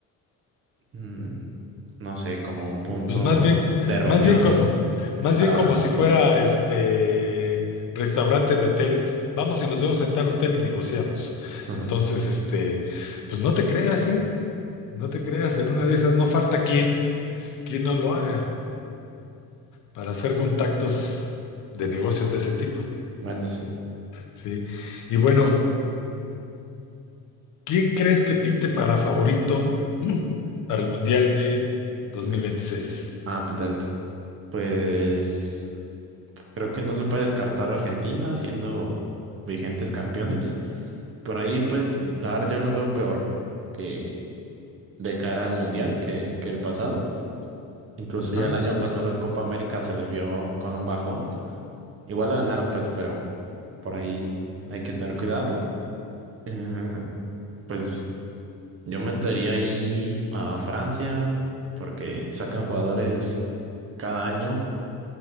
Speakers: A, on the right; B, on the left.
A: mm, no sé, como un punto
B: Pues más bien,
A: de reunión
B: más bien como, más
A: para,
B: bien como si fuera este restaurante de hotel. Vamos y nos vemos en tal hotel y negociamos.
A: <laughs>
B: Entonces, este, pues no te creas, ¿eh? No te creas, en una de esas no falta quien, quien no lo haga para hacer contactos de negocios de ese tipo,
A: bueno, sí.
B: ¿sí? Y bueno, ¿quién crees que pinte para favorito <clears throat> para el Mundial de 2026?
A: De- Ah, pues, del- pues creo que no se puede descartar a Argentina siendo vigentes campeones. Por ahí, pues, la verdad, ya los veo peor que de cara al mundial que, que el pasado. Incluso
B: Ajá.
A: ya el año pasado en Copa América se les vio con un bajón. Igual la ganaron, pues, pero por ahí hay que tener cuidado. Eh, pues yo metería ahí a Francia porque sacan jugadores cada año.